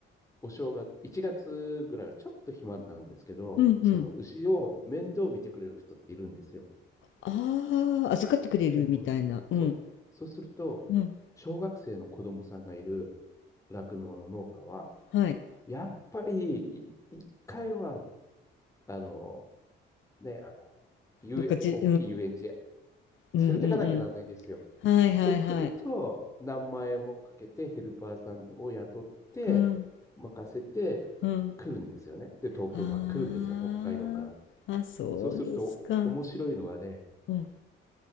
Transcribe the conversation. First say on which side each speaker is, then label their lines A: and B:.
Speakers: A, on the left; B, on the left.
A: お正月、1月ぐらいはちょっと暇なんですけど、
B: うんうん。
A: その牛を面倒見てくれる人っているんですよ。
B: ああ、預かってくれるみたいな。
A: 専門の人。
B: うん。
A: そう。そうすると、
B: うん。
A: 小学生の子供さんがいる酪農の農家は、
B: はい。
A: やっぱりい一回は、あの、ね、あの、遊大きい遊園地へ
B: どっかじうんうんうん
A: 連れてかなきゃなんないんですよ。
B: うん。はいはいはい。
A: そうすると、何万円もかけてヘルパーさんを雇って、
B: うん。
A: 任せて
B: うん。
A: 来るんですよね。で、東京まで来るんですよ。
B: ああ。
A: 北海道から。
B: あ、そうですか。
A: そうすると、面白いのがね、
B: うん。